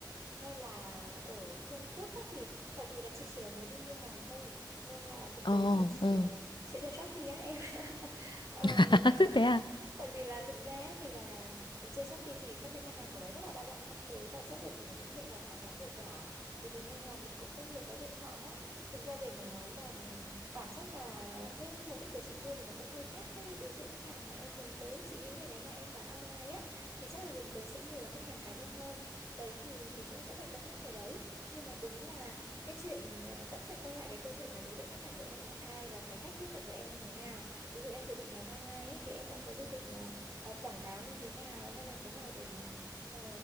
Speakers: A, on the right; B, on the left.
A: hay là ở Trung Quốc á thì tại vì là chị chỉ là người đi mua hàng thôi nên là thực
B: Ồ,
A: tế thì chị
B: ừ.
A: ờ, chị lên Shopee á em <laughs> Ờm,
B: <laughs>
A: <laughs>
B: Thế à?
A: tại vì là thực ra thì là trên Shopee thì các cái mặt hàng của nó rất là đa dạng phong phú và chất lượng thì nó cũng thượng vàng hạ cám đủ cả thế thế nên là mình cũng có nhiều cái lựa chọn á thực ra để mà nói là ừm, bản chất là cái mục đích của chị mua thì nó cũng hơi khác cái đối tượng khách hàng mà em hướng tới chị nghĩ là nếu mà em bán online á thì chắc là hướng tới sẽ nhiều là khách hàng cá nhân hơn đấy thì mình cũng sẽ phải cân nhắc cái đấy nhưng mà đúng là cái chuyện ờ, vẫn phải quay lại cái câu chuyện là đối tượng khách hàng của em là ai và cái cách tiếp cận của em như thế nào ví dụ em dự định bán online ấy, thì em đã có dự định là ờ, quảng cáo như thế nào hay làm thế nào để mà ờ,